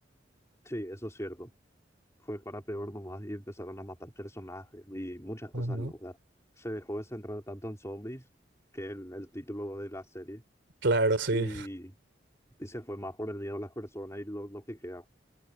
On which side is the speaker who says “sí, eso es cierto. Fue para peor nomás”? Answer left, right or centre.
Left